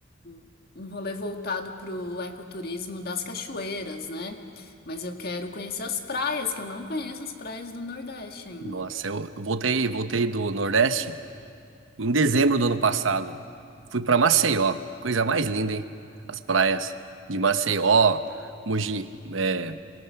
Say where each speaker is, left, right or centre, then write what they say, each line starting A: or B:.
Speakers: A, on the left; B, on the right.
A: um, um rolê voltado para o ecoturismo das cachoeiras, né? Mas eu quero conhecer as praias, que eu não conheço as praias do Nordeste ainda.
B: Nossa, eu eu voltei, voltei do Nordeste em dezembro do ano passado. Fui para Maceió, coisa mais linda, hein? As praias de Maceió, Mogi, é,